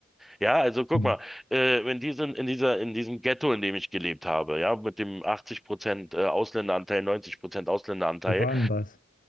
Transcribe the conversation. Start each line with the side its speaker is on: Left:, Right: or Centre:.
Centre: Ja, also guck
Left: Hm.
Centre: mal, äh, in diesem, in dieser, in diesem Ghetto, in dem ich gelebt habe, ja, mit dem 80% äh, Ausländeranteil, 90% Ausländeranteil,
Left: Wo war denn das?